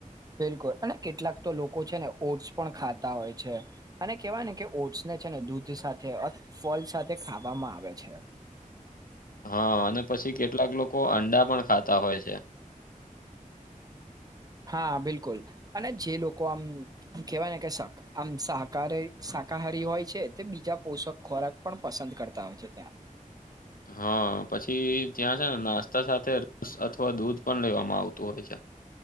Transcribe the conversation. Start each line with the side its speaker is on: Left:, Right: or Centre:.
Right: બિલકુલ અને કેટલાક તો લોકો છે ને ઓટ્સ પણ ખાતા હોય છે. અને કેહેવાય ને કે ઓટ્સને છે ને દૂધ સાથે ફલ સાથે ખાવામાં આવે છે.
Left: હા અને પછી કેટલાક લોકો અંડા પણ ખાતા હોય છે.
Right: હા બિલકુલ અને જે લોકો આમ કહેવાય ને કે શાક આમ શાકા શાકાહારી હોય છે તે બીજા પોષક ખોરાક પણ પસંદ કરતા હોય છે ત્યાં
Left: હા પછી ત્યાં છે ને નાસ્તા સાથે રસ અથવા દૂધ પણ લેવામાં આવતું હોય છે.